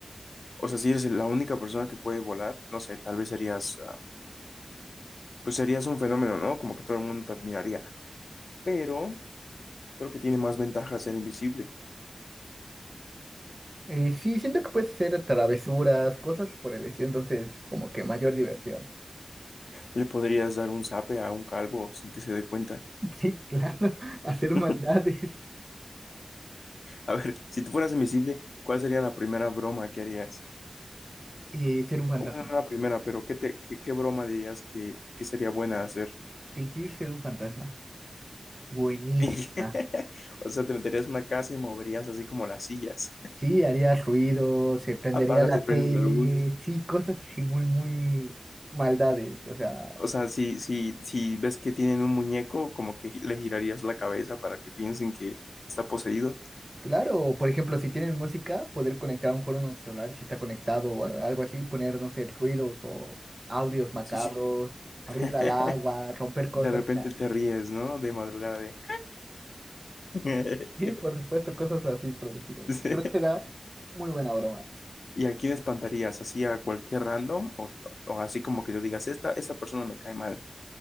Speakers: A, on the left (about 85°); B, on the right (about 30°).
A: o sea, si eres la única persona que puede volar, no sé, tal vez serías pues serías un fenómeno, ¿no? Como que todo el mundo te admiraría. Pero creo que tiene más ventajas ser invisible.
B: Eh, sí, siento que puedes hacer travesuras, cosas por el estilo, entonces como que mayor diversión.
A: Le podrías dar un zape a un calvo sin que se dé cuenta.
B: <laughs> Sí, claro, <laughs> hacer
A: <laughs>
B: maldades,
A: A ver, si tú fueras invisible, ¿cuál sería la primera broma que harías?
B: Eh, ser un fantasma,
A: O, Bueno, no la primera, pero ¿qué, te, qué, qué broma dirías que, que sería buena hacer?
B: fingir ser un fantasma. Buenísima.
A: <laughs> O sea, te meterías en una casa y moverías así como las sillas. <laughs>
B: Sí, haría ruido, se prendería
A: Apagas
B: la
A: y
B: tele,
A: prendes la luz.
B: sí, cosas así muy, muy maldades, o sea,
A: O sea, si, si, si ves que tienen un muñeco, como que gi- le girarías la cabeza para que piensen que está poseído.
B: Claro, por ejemplo, si tienen música, poder conectar a un mejor un celular, si está conectado o a- algo así, poner, no sé, ruidos o audios macabros,
A: Sí, sí.
B: abrirlo
A: <laughs>
B: al agua, romper cosas.
A: De repente
B: o sea,
A: te ríes, ¿no? De madrugada de... <laughs>
B: Sí, por supuesto, cosas así por el estilo.
A: Sí.
B: Creo que será muy buena broma.
A: ¿Y a quién espantarías? ¿Así a cualquier random? ¿O, o así como que yo digas, esta, esta persona me cae mal?